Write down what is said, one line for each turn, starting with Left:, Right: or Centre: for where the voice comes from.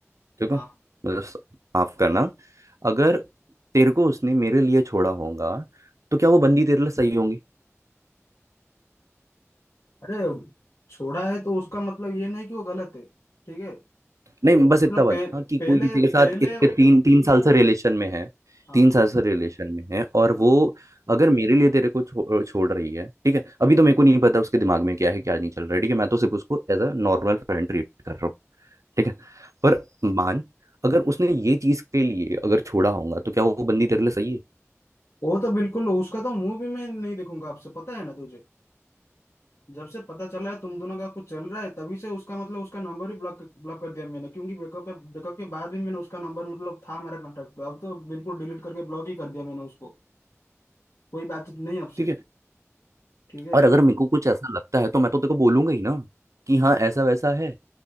Right: ठीक
Left: हाँ
Right: है मतलब स- माफ करना अगर तेरे को उसने मेरे लिए छोड़ा होगा तो क्या वो बंदी तेरे लिए सही होंगी
Left: अरे छोड़ा है तो उसका मतलब ये नहीं कि वो गलत है ठीक है
Right: नहीं बस
Left: मतलब
Right: इतना बता
Left: पह,
Right: हाँ कि
Left: पहले
Right: कोई किसी
Left: पहले
Right: के साथ इतने तीन तीन साल से रिलेशन में है
Left: हाँ
Right: तीन साल से रिलेशन में है और
Left: हाँ
Right: वो अगर मेरे लिए तेरे को छो, छोड़ रही है ठीक है अभी तो मेरे को नहीं पता उसके दिमाग में क्या है क्या नहीं चल रहा है ठीक है मैं तो सिर्फ उसको as a normal friend treat कर रहा हूँ ठीक है पर मान अगर उसने ये चीज के लिए अगर छोड़ा होगा तो क्या वो बंदी तेरे लिए सही है
Left: वो तो बिल्कुल उसका तो मुंह भी मैं नहीं देखूंगा आपसे पता है ना तुझे जब से पता चला है तुम दोनों का कुछ चल रहा है तभी से उसका मतलब उसका नंबर ही ब्लॉक ब्लॉक कर दिया मैंने क्योंकि ब्रेकअप ब्रेकअप के बाद भी मैंने उसका नंबर मतलब था मेरा कॉन्टेक्ट पे अब तो बिल्कुल डिलीट करके ब्लॉक ही कर दिया मैंने उसको कोई बातचीत नहीं आपसे
Right: ठीक है
Left: ठीक है
Right: और अगर मेरे को कुछ ऐसा लगता है तो मैं तो तेरे को बोलूंगा ही ना कि हाँ ऐसा वैसा है